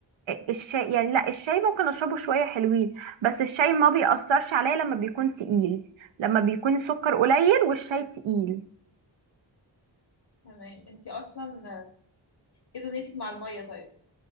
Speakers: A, on the right; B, on the left.
A: الشاي يعني لا الشاي ممكن اشربه شويه حلوين بس الشاي ما بيأثرش عليا لما بيكون تقيل لما بيكون سكر قليل والشاي تقيل
B: تمام انتي اصلا ايه دنيتك مع المية طيب